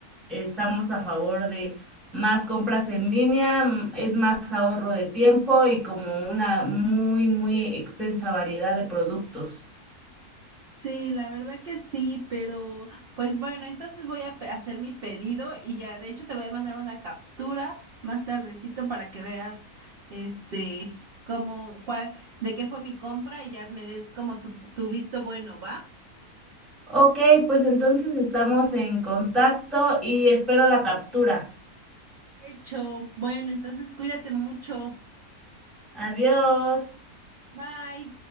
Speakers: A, in the centre; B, on the right.
A: estamos a favor de más compras en línea, mm, es más ahorro de tiempo y como una muy, muy extensa variedad de productos.
B: Sí, la verdad que sí, pero pues bueno, entonces voy a pe- hacer mi pedido y ya, de hecho te voy a mandar una captura más tardecito para que veas este cómo cuál de qué fue mi compra y ya me des como tu, tu visto bueno, ¿va?
A: Ok, pues entonces estamos en contacto y espero la captura.
B: Hecho. Bueno, entonces cuídate mucho.
A: Adiós.
B: Bye.